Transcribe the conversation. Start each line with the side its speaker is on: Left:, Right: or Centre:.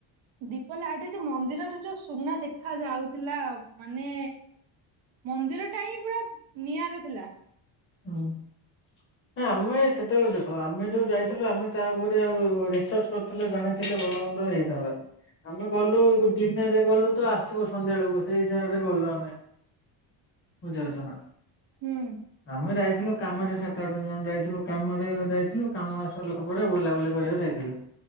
Right: ଦୀପ ଲାଇଟି ଯୋଉ ମନ୍ଦିରରେ ଯୋଉ ସୁନା ଦେଖା ଯାଉଥିଲା ମାନେ ମନ୍ଦିର ଟା ହିଁ ପୁରା ନିଆରା ଥିଲା।
Left: ହଁ। ନା ଆମେ ସେତେବେଳେ ଦେଖ, ଆମେ ଯୋଉ ଯାଇଥିଲୁ ଆମେ ତା ଉପରେ ଆଉ ରିସର୍ଚ କରିଥିଲେ ଜାଣିଥିଲେ ଭଲ ମନ୍ଦ ହେଇଥାନ୍ତା ଆମେ ଗଲୁ ଦିନରେ ଗଲୁ ତ, ଆସିବୁ ସନ୍ଧ୍ୟା ବେଳକୁ, ସେଇ ହିସାବରେ ଗଲୁ ଆମେ। ବୁଝାଉଛ ନା
Right: ହୁଁ
Left: ଆମେ ଯାଇଥିଲୁ କାମରେ ସାତ ଆଠ ଜଣ ଯାଇଥିଲୁ। କାମରେ ଯାଇଥିଲୁ, କାମ ସରିଲା ପରେ ବୁଲାବୁଲି କରକୁ ଯାଇଥିଲୁ।